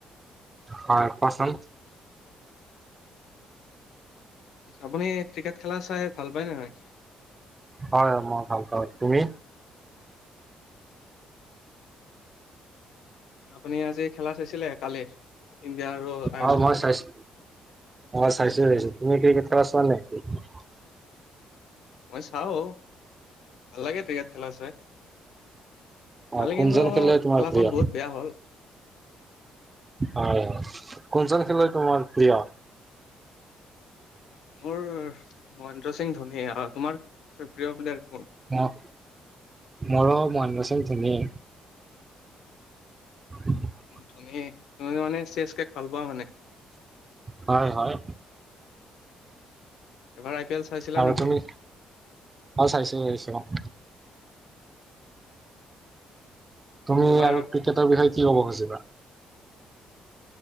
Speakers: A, on the right (about 25°); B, on the left (about 75°).
A: হয় কোৱাচোন?
B: আপুনি ক্ৰিকেট খেলা চাই ভাল পায় নে নাই?
A: হয় মই ভাল পাওঁ। তুমি?
B: আপুনি আজি খেলা চাইছিলে কালি? ইণ্ডিয়া আৰু আয়াৰলেণ্ডৰ
A: অ মই চাইছো মই চাইছো চাইছো। তুমি ক্ৰিকেট খেলা চোৱা নাই নেকি?
B: মই চাও ভাল লাগে ক্ৰিকেট খেলা চাই।
A: অ
B: কালি
A: কোনজন
B: কিন্তু
A: খেলুৱৈ তোমাৰ
B: খেলাখন
A: প্ৰিয়
B: বহুত বেয়া হ'ল।
A: হয় কোনজন খেলৈ তোমাৰ প্ৰিয়?
B: মোৰ মহেন্দ্ৰ সিং ধোনি। তোমাৰ প্ৰিয় প্লেয়াৰ কোন?
A: মোৰ মৰো মহেন্দ্ৰনা সিংহ ধোনীয়ে। <inaudible>
B: ধোনীক তুমি মানে চিৰিয়াছকে ভাল পোৱা মানে?
A: হয় হয়
B: এবাৰ আই পি এল চাইছিলা
A: আৰু
B: নেকি
A: তুমি, অঁ চাইছো চাইছো অঁ। তুমি
B: এবাৰ
A: আৰু ক্ৰিকেটৰ বিষয়ে কি কব খুজিবা?